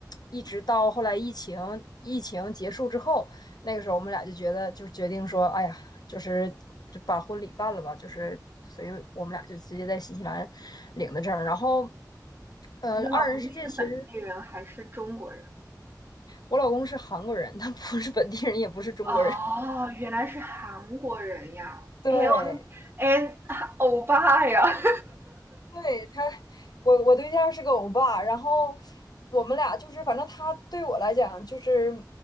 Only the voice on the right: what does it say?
你老公是本地人还是中国人？
哦，原来是韩国人呀！
哎呦，哎，欧巴呀！<laughs>